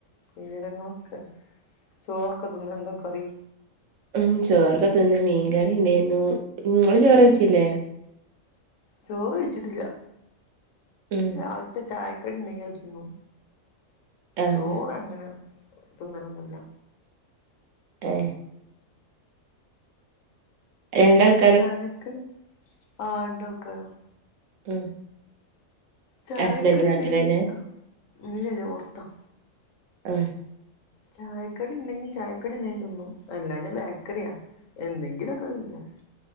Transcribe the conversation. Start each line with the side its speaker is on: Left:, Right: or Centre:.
Left: വിവരങ്ങളൊക്കെ ചോറൊക്കെ തിന്നോ എന്താ കറി
Right: ഉം ചോറക്കെ തിന്ന് മീൻ കറി ഇണ്ടെന്നു ഇങ്ങള് ചോറയിച്ചില്ലേ
Left: ഉം ചോറ് വെച്ചിട്ടില്ല
Right: ഉം
Left: രാവിലെതെ ചായ ക്കണ്ടെങ്കിൽ തിന്നു
Right: ആഹ്
Left: ചോറ് അങ്ങനെ തിന്നലൊന്നുല്ല്യ
Right: ഏഹ് <unintelligible>
Left: ചായക്ക് കടി ആഹാണ്ടാക്കാരം
Right: ഉം
Left: ചായകടിണ്ടകിൽ
Right: ഹസ്ബൻഡ് നാട്ടിലന്നെ
Left: ഇല്ല ഇല്ല പൊറത്ത
Right: ആഹ്
Left: ചായക്കടി ഉണ്ടെങ്കി ചായക്കടി എന്നേലും തിന്നും അല്ലേൽ ബേക്കറിയൊ എന്തെങ്കിലൊക്കെതിന്നു